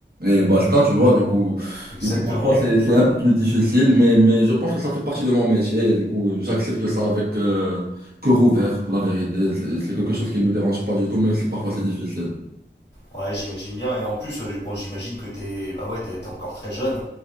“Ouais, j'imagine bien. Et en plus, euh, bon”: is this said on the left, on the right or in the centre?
Left